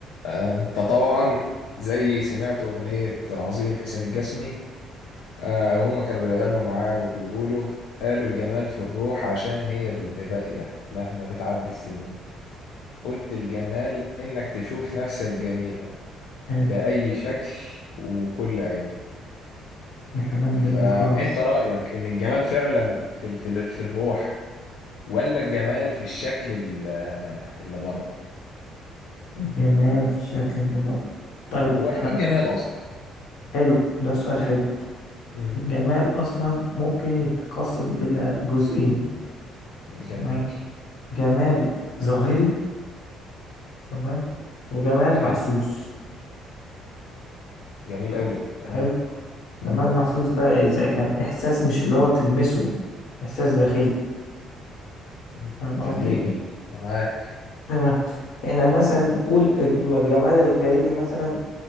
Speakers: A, on the left; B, on the left.
A: آه، انت طبعا زي سمعت اغنية العظيم حسين الجسمي آه، وهما كانوا بيغنوا معاه وبيقولوا قالوا الجمال في الروح عشان هي اللي باقية مهما بتعدي السنين قلت الجمال انك تشوف نفسك جميلة
B: حلو
A: بأي شكل وكل عين
B: ده كلام
A: فانت
B: جميل خالص
A: رأيك ان الجمال فعلا في ال- في ال- في الروح ولا الجمال في الشكل ال- اللي بره
B: الجمال في الشكل اللي بره طيب
A: هو يعني
B: احنا
A: ايه
B: بقى.
A: الجمال اصلا
B: حلو ده سؤال حلو
A: مم.
B: الجمال اصلا ممكن يتقسم الى جزئين
A: جميل
B: تمام جمال ظاهري تمام وجمال محسوس
A: حلو جميل
B: ح-
A: قوي تمام
B: حلو جمال
A: مم.
B: محسوس بقى اذا كان احساس مش اللي هو تلمسه احساس داخلي
A: مم.
B: فاهم
A: جميل
B: قصدي
A: أنا معاك
B: تمام احنا مثلا نقول الج- الجمال الخارجي مثلا